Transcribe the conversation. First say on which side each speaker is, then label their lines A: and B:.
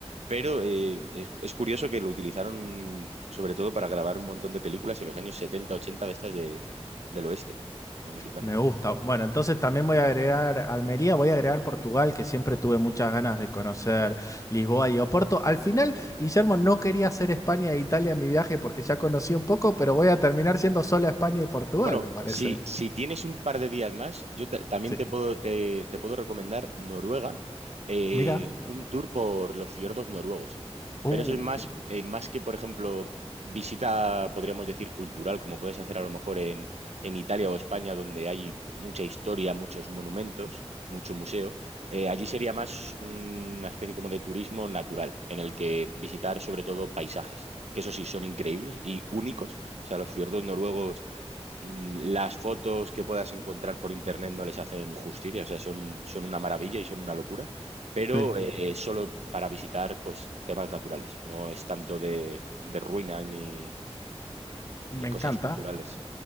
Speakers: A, on the right; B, on the left.
A: Pero eh, es, es curioso que lo utilizaron sobre todo para grabar un montón de películas en los años 70 80 de estas de, del oeste americano.
B: Me gusta. Bueno, entonces también voy a agregar Almería, voy a agregar Portugal, que siempre tuve muchas ganas de conocer Lisboa y Oporto. Al final, Guillermo, no quería hacer España e Italia en mi viaje porque ya conocí un poco, pero voy a terminar siendo solo España y Portugal,
A: Bueno,
B: me parece.
A: si, si tienes un par de días más, yo ta- también
B: Sí.
A: te puedo, te, te puedo recomendar Noruega, eh,
B: Mira.
A: un tour por los fiordos noruegos. Pero
B: Uh,
A: eso es más,
B: qué li-
A: eh, más que, por ejemplo, visita, podríamos decir, cultural, como puedes hacer a lo mejor en, en Italia o España, donde hay mucha historia, muchos monumentos, mucho museo. Eh, allí sería más una especie como de turismo natural, en el que visitar sobre todo paisajes, que eso sí son increíbles y únicos. O sea, los fiordos noruegos las fotos que puedas encontrar por internet no les hacen justicia, o sea, son, son una maravilla y son una locura, pero
B: Sí,
A: eh, solo para visitar pues, temas naturales, no es tanto de, de ruinas ni,
B: me
A: ni cosas
B: encanta.
A: culturales.